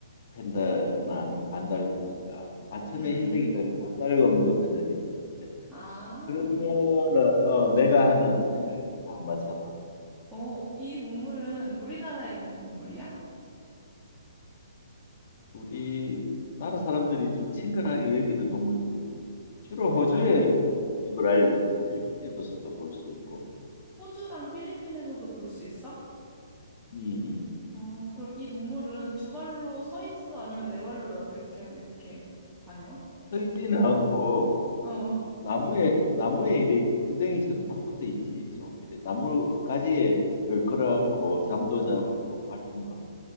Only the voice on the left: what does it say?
펜다나 아니면 반달곰인가. 아, 처음에
흰색이 떠오르 반달곰도 생각했었는데.
그러면은 어, 내가
하나 생각했어. 한번 맞춰봐.
우리 나라 사람들이 좀 친근하게 여기는 동물들 주로
호주에 있는 걸
알지. 필리핀에도서도 볼 수 있고.
음, 음.
서 있지는 않고
나무에 나무에 이렇게 풍뎅이처럼 딱 붙어 있지. 좀 이래. 나무 가지를 끌어안고 잠도 자고 뭐 활동도 하고